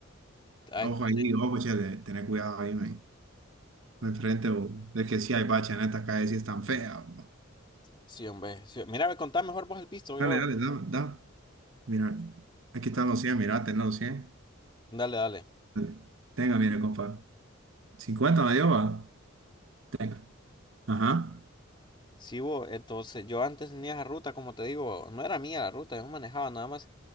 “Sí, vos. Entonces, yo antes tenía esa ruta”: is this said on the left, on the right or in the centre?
Left